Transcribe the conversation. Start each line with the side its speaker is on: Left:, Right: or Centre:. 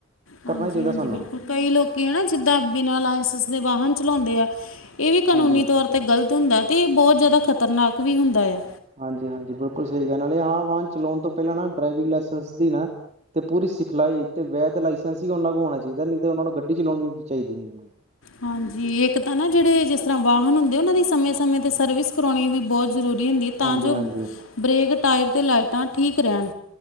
Right: ਕਰਨਾ
Left: ਹਾਂਜੀ-ਹਾਂਜੀ।
Right: ਹੀ ਚਾਹੀਦਾ ਸਾਨੂੰ
Left: ਬਿਲਕੁਲ ਕਈ ਲੋਕੀ ਹੈ ਨਾ ਜਿੱਦਾਂ ਬਿਨਾਂ ਲਾਇਸੈਂਸ ਦੇ ਵਾਹਨ ਚਲਾਉਂਦੇ ਐ ਇਹ ਵੀ ਕਾਨੂੰਨੀ
Right: ਹਾਂਜੀ।
Left: ਤੌਰ 'ਤੇ ਗਲਤ ਹੁੰਦਾ ਤੇ ਇਹ ਬਹੁਤ ਜ਼ਿਆਦਾ ਖ਼ਤਰਨਾਕ ਵੀ ਹੁੰਦਾ ਆ।
Right: ਹਾਂਜੀ -ਹਾਂਜੀ, ਬਿਲਕੁਲ ਸਹੀ ਐ। ਨਾਲੇ ਹਾਂ ਵਾਹਨ ਚਲਾਉਣ ਤੋਂ ਪਹਿਲਾਂ ਨਾ ਡਰਾਈਵਿੰਗ ਲਾਇਸੈਂਸ ਦੀ ਨਾ ਤੇ ਪੂਰੀ ਸਿਖਲਾਈ ਤੇ ਵੈਦ ਲਾਇਸੈਂਸ ਵੀ ਉਹਨਾਂ ਕੋਲ ਹੋਣਾ ਚਾਹੀਦਾ। ਨਹੀਂ ਤੇ ਉਹਨਾਂ ਨੂੰ ਗੱਡੀ ਚਲਾਉਣੀ ਨੀ ਚਾਹੀਦੀ ਨੀ।
Left: ਹਾਂਜੀ, ਇੱਕ ਤਾਂ ਨਾ ਜਿਹੜੇ ਜਿਸ ਤਰ੍ਹਾਂ ਵਾਹਨ ਹੁੰਦੇ, ਉਹਨਾਂ ਦੀ ਸਮੇਂ-ਸਮੇਂ ਤੇ ਸਰਵਿਸ ਕਰਵਾਉਣੀ ਵੀ ਬਹੁਤ ਜ਼ਰੂਰੀ ਹੁੰਦੀ ਤਾਂ
Right: ਹਾਂਜੀ-ਹਾਂਜੀ।
Left: ਜੋ ਬਰੇਕ, ਟਾਇਰ ਤੇ ਲਾਈਟਾਂ ਠੀਕ ਰਹਿਣ।